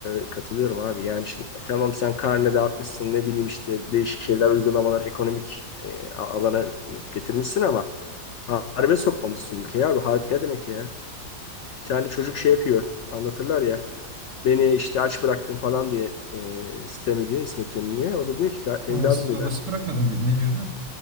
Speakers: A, on the left; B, on the right.
A: e, katılıyorum abi. Yani şimdi e, tamam sen karne dağıtmışsın ne bileyim işte değişik şeyler uygulamalar ekonomik e, a- alana getirmişsin ama harbe sokmamışsın ülkeyi abi. Harp ne demek ya? Bir tane çocuk şey yapıyor anlatırlar ya. Beni işte aç bıraktın falan diye e, sitem ediyor İsmet İnönü'ye. O da diyor ki evladım
B: Anasız
A: diyor
B: babası
A: ben.
B: bırakmadım diyordu. Ne diyordu?